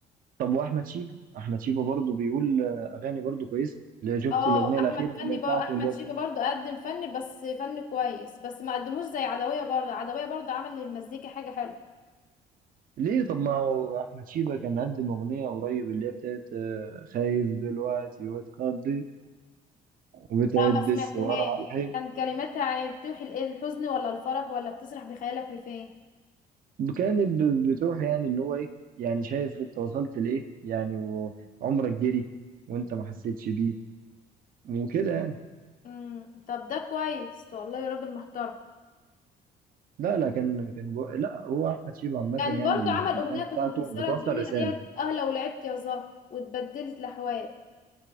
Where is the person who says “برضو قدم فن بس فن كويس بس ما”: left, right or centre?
Left